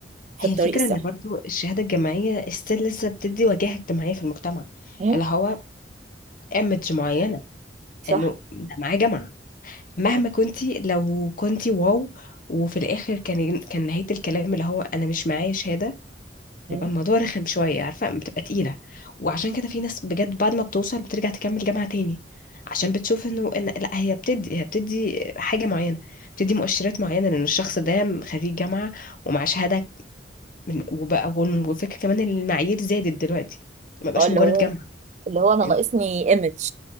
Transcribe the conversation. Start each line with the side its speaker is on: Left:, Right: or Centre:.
Right: في
Left: هي
Right: الطريق
Left: الفكرة
Right: الصح
Left: ان برضو الشهادة الجامعية استيل لسه بتدي وجاهة اجتماعية في المجتمع
Right: مم؟
Left: اللي هو ايمج معينة
Right: صح
Left: انه ده معاه جامعة مهما كنتي لو كنتي واو وفي الاخر كان كان نهاية الكلام اللي هو انا مش معايا شهادة
Right: مم؟
Left: بيبقى الموضوع رخم شوية عارفة بتبقى تقيلة وعشان كده في ناس بجد بعد ما بتوصل بترجع تكمل جامعة تاني عشان بتشوف انه إن لا هي بتدي هي بتدي حاجة معينة بتدي مؤشرات معينة لان الشخص ده خريج جامعة ومعاه شهادة من وبقى والفكرة كمان إن المعايير زادت دلوقتي ما بقاش
Right: اه اللي
Left: مجرد
Right: هو
Left: جامعة
Right: اللي هو انا
Left: انت
Right: ناقصني ايمج